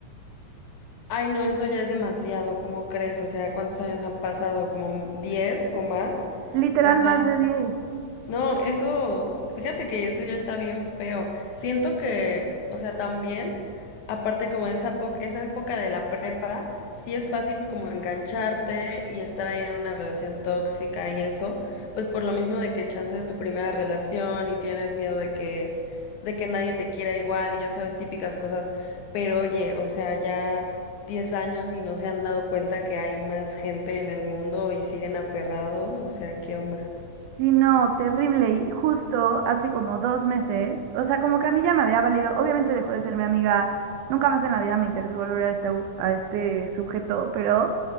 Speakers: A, on the left; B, on the right.
A: Ay, no, eso ya es demasiado, ¿cómo crees? O sea, ¿cuántos años han pasado? ¿Como diez o más?
B: Literal
A: O sea,
B: más de diez
A: No, eso, fíjate que eso ya está bien feo. Siento que, o sea, también, aparte como esa, po- esa época de la prepa, sí es fácil como engancharte y estar ahí en una relación tóxica y eso, pues por lo mismo de que chance es tu primera relación y tienes miedo de que, de que nadie te quiera igual y ya sabes, típicas cosas. Pero oye, o sea, ya 10 años y no se han dado cuenta que hay más gente en el mundo y siguen aferrados, o sea, ¿qué onda?
B: Sí, no, terrible. Y justo hace como dos meses, o sea, como que a mí ya me había valido, obviamente dejó de ser mi amiga, nunca más en la vida me interesó volver a este, a este sujeto, pero...